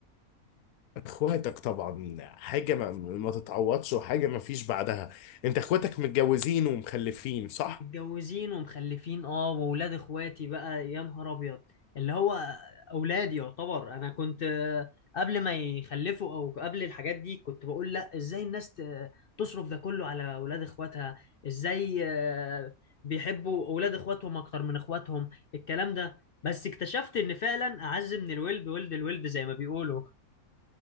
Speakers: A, on the left; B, on the left.
A: اخواتك طبعا حاجة ما, ما تتعوضش وحاجة ما فيش بعدها انت اخواتك متجوزين ومخلفين صح؟
B: متجوزين ومخلفين اه واولاد اخواتي بقى يا نهار ابيض اللي هو اولادي يعتبر انا كنت آه، قبل ما يخلفوا او قبل الحاجات دي كنت بقول لا ازاي الناس ت- تصرف ده كله على اولاد اخواتها ازاي آه، بيحبوا اولاد اخواتهم اكتر من اخواتهم الكلام ده بس اكتشفت ان فعلا اعز من الولد ولد الولد زي ما بيقولوا